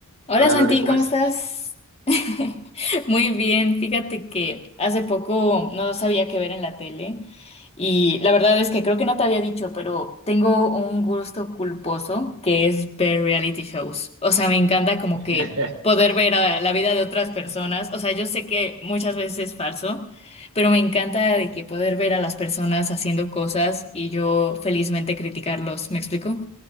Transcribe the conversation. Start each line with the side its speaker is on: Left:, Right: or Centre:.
Left: Hola
Right: Hola
Left: Santi,
Right: Lore, ¿cómo
Left: ¿cómo
Right: estás?
Left: estás? <laughs> Muy bien, fíjate que hace poco no sabía qué ver en la tele y la verdad es que creo que no te había dicho, pero tengo un gusto culposo que es ver reality shows. O sea, me encanta como
Right: <laughs>
Left: que poder ver a la vida de otras personas. O sea, yo sé que muchas veces es falso, pero me encanta de que poder ver a las personas haciendo cosas y yo felizmente criticarlos. ¿Me explico?